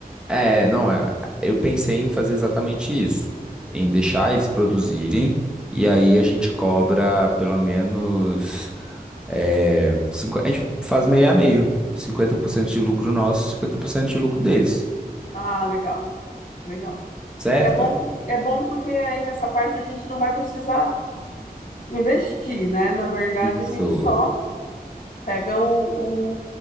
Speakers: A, in the centre; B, on the left.
A: É, não é. Eu pensei em fazer exatamente isso, em deixar eles produzirem e aí a gente cobra pelo menos É, cinqu- a gente faz meio a meio. cinquenta por cento de lucro nosso, 50% de lucro deles,
B: Ah, legal, legal.
A: certo?
B: É bom porque, é bom porque aí nessa parte a gente não vai precisar investir, né? Na verdade,
A: Isso,
B: a gente só pega o, o,